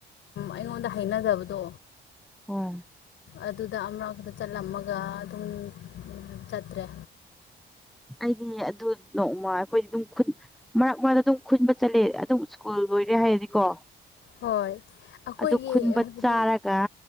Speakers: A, on the left; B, in the centre.
A: ꯑꯩꯉꯣꯟꯗ ꯍꯩꯅꯖ ꯖꯕꯗꯣ
B: ꯍ
A: ꯑꯗꯨꯗ ꯑꯃꯨꯔꯛꯇ ꯆꯠꯂꯝꯃꯒ ꯑꯗꯨꯝ ꯆꯠꯇ꯭ꯔꯦ
B: ꯑꯩꯗꯤ ꯑꯗꯨ ꯅꯣꯡꯃ ꯑꯩꯈꯣꯏꯗꯤ ꯑꯗꯨꯝ ꯃꯔꯛ ꯃꯔꯛꯇ ꯑꯗꯨꯝ ꯈꯨꯟꯕ ꯆꯠꯂꯦ ꯑꯗꯨꯝ ꯁ꯭ꯀꯨꯜ ꯂꯣꯏꯔꯦ ꯀ ꯍꯥꯏꯗꯤꯀꯣ
A: ꯍꯣꯏ ꯑꯩꯈꯣꯏꯒꯤ
B: ꯑꯗꯨ ꯈꯨꯟꯕ
A: ꯍꯥꯏꯕꯗꯤ
B: ꯆꯥꯔꯒ